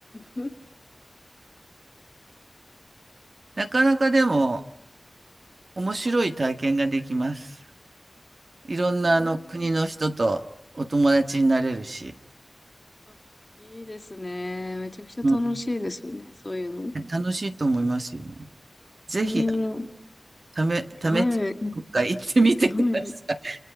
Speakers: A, on the left; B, on the right.
A: う
B: なかなかでも面白い体験ができます。いろんなあの国の人とお友達になれるし、
A: ーん。あ、いいですね。めちゃくちゃ楽しいですよね。
B: うん
A: そういうの。
B: 楽しいと思いますよ。ぜひ、
A: うん。
B: ため、
A: はい。
B: 試し、どっか行ってみてください。
A: はい。